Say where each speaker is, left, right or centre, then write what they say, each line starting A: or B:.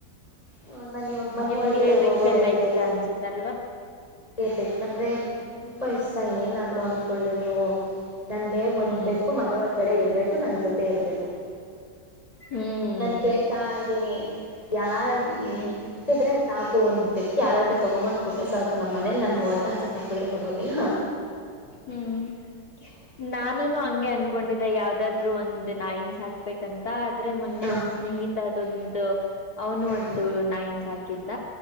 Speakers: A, on the left (about 20°); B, on the left (about 60°).
A: ಹ- ನಾನ ಇವಾಗ ಮನೆ
B: ನಿಮ್ಗೆ
A: ಒಳಗಡೆ
B: ಬೆಕ್ಕೆಲ್ಲ
A: ಹೋಗೋದ ಹೆಂಗೆ.
B: ಇಷ್ಟ ಅನ್ಸುತ್ತಲ್ವಾ
A: ಬೇಕಂದ್ರೆ ತುಂಬಾ ಇಷ್ಟ ಏನಾದ್ರು ಅನ್ಕೊಳ್ರಿ ನೀವು. ನನ್ಗೆ
B: ಹ್ಮ್
A: ಒಂದ್ ಬೇಕು ಮನೆ ಒಂದಗಡೆ ಇರ್ಬೇಕು ನನ್ ಜೊತೆ ಇರ್ಬೇಕು.
B: ಹ್ಮ್
A: ನನ್ ಕೇಳ್ತಾ ಇದ್ದೀನಿ ಯಾರ್
B: ಹ್ಮ್
A: ಸಿಕ್ತಿದ್ರೆ ಸಾಕ. ಅಕ ಒಂದುಯಕ್ ಯಾರದ್ರ ತಗೊಬಂದು ಕೊಟ್ಟ್ರ ಸಾಲ್ಪ ನಮ್ಮನೇ ನಾನ ಒಡೆದು ಹಾಸಕ್ಕಾಕಿದ್ರು ಕೊರವಾಗಿಲ್ಲು.
B: ಹ್ಮ್- ನಾನು ಹಂಗೆ ಅನ್ಕೊಂಡಿದ್ದೆ ಯಾವ್ದಾದ. ಆದ್ರು ಒಂದ್ ನಾಯಿನ್ಸ್ ಸಾಕ್ಬೇಕಂತ ಆದ್ರೆ ಮೊನ್ನೆ
A: ಹ
B: ನನ್ ಸ್ನೇಹಿತ ಅದೊಂದು. ಅವನು
A: ಹ
B: ಒಂದು ನಾಯನ್ ಸಾಕಿದ್ದ